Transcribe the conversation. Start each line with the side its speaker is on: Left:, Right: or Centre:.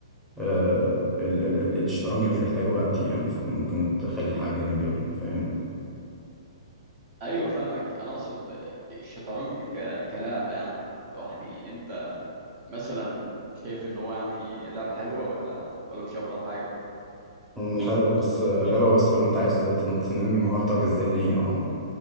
Centre: آه، ال... ال... ال- الشطرنج مش بيحتاج وقت يعني فممكن تخلي حاجة جانبية فاهم
Right: ايوه فاهمك انا اقصد الشطرنج ك... كلعبة يعني لوحدي انت مثلا شايف ان هو يعني لعبة حلوة ولا ولا مش افضل حاجة
Centre: مم، حلو بس حلوة بس لو انت عايز تن- تنمي مهارتك الذهنية اه